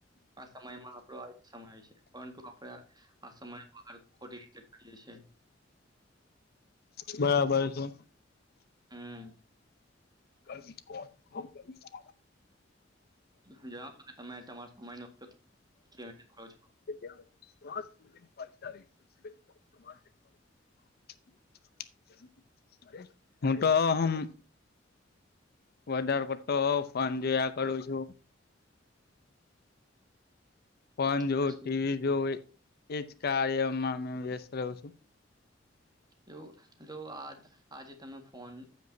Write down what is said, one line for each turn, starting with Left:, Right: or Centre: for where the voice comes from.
Right: આ સમયમાં આપડો આ જ સમય છે પરંતુ આપણેે આ સમય બગાડ ખોટી રીતે કર્યે છે.
Left: બરાબર છે.
Right: હમમ
Left: ગરમી કોણ <unintelligible>
Right: જણાવશો કે તમે તમારા સમય નો ઉપયોગ કેવી રીતે કરો છો.
Left: <unintelligible> <inaudible> હું તો હમમ વધારે પડતો ફોન જોયા કરું છું. ફોન જોવુ,
Right: પછી
Left: ટીવી જોવુ એજ કાર્યમાં મેં વ્યસ્ત રહું છું.
Right: એવું જો આજ આજે તમે ફોન,